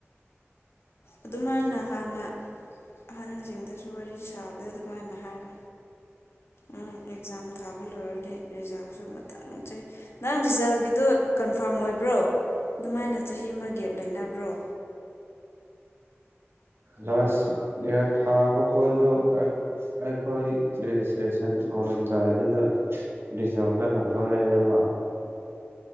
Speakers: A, on the left (about 60°); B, on the right (about 55°).
A: ꯑꯗꯨꯃꯥꯏꯅ ꯍꯥꯟꯅ ꯑꯍꯟꯁꯤꯡꯗꯁꯨ ꯋꯥꯔꯤ ꯁꯥꯕꯗ ꯑꯗꯨꯃꯥꯏꯅ ꯍꯥꯏꯔꯣ ꯎꯝ ꯑꯦꯛꯖꯥꯝ ꯊꯥꯕ ꯂꯣꯏꯔꯗꯤ ꯔꯤꯖꯜꯁꯨ ꯃꯊꯪ ꯆ ꯅꯪ ꯔꯤꯖꯜꯒꯤꯗꯣ ꯀꯟꯐꯥꯔꯝ ꯑꯣꯏꯕ꯭ꯔꯣ ꯑꯗꯨꯃꯥꯏꯅ ꯆꯍꯤ ꯑꯃ ꯒꯦꯞ ꯂꯩꯅꯕ꯭ꯔꯣ
B: ꯂꯥꯁ ꯊꯥꯕ ꯈꯣꯗꯣ ꯑꯩꯈꯣꯏ ꯔꯦꯖꯤꯁꯇ꯭ꯔꯦꯁꯟ ꯍꯧꯔꯝꯗꯥꯏꯗꯨꯗ ꯔꯤꯖꯜ ꯀꯟꯅ ꯊꯣꯛꯂꯛꯑꯦꯕ